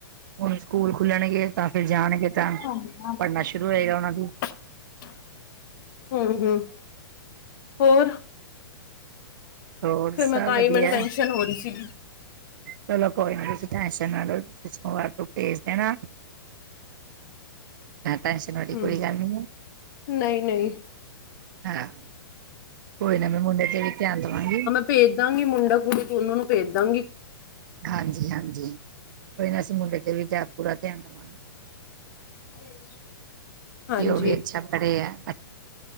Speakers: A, on the right; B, on the left.
A: ਹੁਣ ਸਕੂਲ ਖੁੱਲਣਗੇ ਤਾਂ ਫੇਰ ਜਾਣਗੇ ਤਾਂ।
B: ਹਾਂਜੀ
A: ਨਾ ਸੁਰੂ ਹੋਏਗਾ ਉਹਨਾਂ ਨੂੰ
B: <unintelligible> ਹੂੰ-ਹੂੰ, ਹੋਰ।
A: ਹੋਰ
B: ਫੇਰ
A: ਸਭ
B: ਮੈਂ ਤਾਂ
A: ਵਧੀਆ
B: ਹੀ ਮੈਨੂੰ ਟੈਂਸ਼ਨ ਹੋ ਰਹੀ ਸੀ।
A: ਚਲੋ ਕੋਈ ਨੀ, ਤੁਸੀਂ ਟੈਂਸ਼ਨ ਨਾ ਲਓ ਤੁਸੀਂ ਸੋਮਵਾਰ ਤੋਂ ਭੇਜ ਦੇਣਾ। ਨਾ ਟੈਸ਼ਨਡ
B: ਹਮ
A: ਕੋਰੀ ਗੱਲ ਨਹੀਂ ਹੈ
B: ਨਹੀਂ ਨਹੀਂ
A: ਹਾਂ ਕੋਈ ਨਾ ਮੈਂ ਮੁੰਡੇ ਤੇ ਵੀ ਧਿਆਨ ਦੇਵਾਂਗੀ
B: ਭੇਜਦਾਂਗੀ ਮੁੰਡਾ ਕੁੜੀ, ਦੋਨਾ ਨੂੰ ਭੇਜਦਾਂਗੀ
A: ਹਾਂਜੀ-ਹਾਂਜੀ, ਕੋਈ ਨਾ ਅਸੀਂ ਮੁੰਡੇ ਤੇ ਵੀ ਪੂਰਾ ਧਿਆਨ ਦਵਾਂਗੇ।
B: <inaudible> ਹਾਂਜੀ
A: ਉਹ ਵੀ ਉਹ ਵੀ ਅੱਛਾ ਪੜ੍ਹੇ ਆ